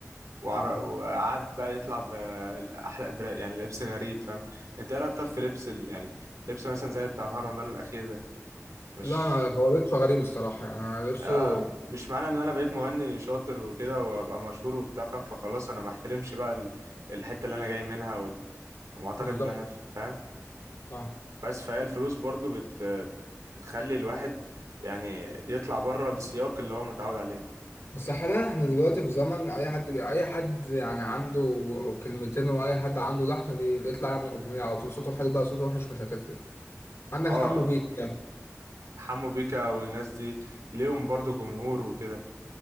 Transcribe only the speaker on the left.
م- م.
لا انا هو لبسه غريب الصراحه يعني أنا لبسه
بالظبط
اه
بس حاليا احنا دلوقتي في زمن اي حد بي... اي حد يعني عنده كلمتين واي حد عنده لحن بي... بيطلع يعمل اغنيه على طول صوته حلو بقى صوته وحش مش هتفرق عندك
حمو بيك <laughs> يعني